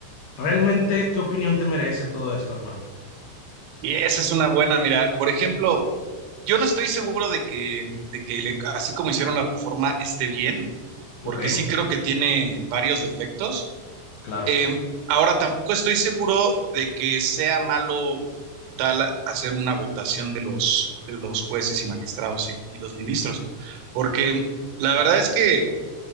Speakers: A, on the left; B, on the right.
A: ¿Realmente qué opinión te merece todo esto, hermano?
B: Y esa
A: Sí.
B: es una buena, mira, por ejemplo, yo no estoy seguro de que, de que le- así como hicieron la reforma esté bien,
A: Ok,
B: porque sí creo que tiene varios defectos.
A: claro,
B: Eh, ahora, tampoco estoy seguro de que sea malo como tal hacer una votación de los, de los jueces y magistrados y, y los ministros, porque la verdad es que...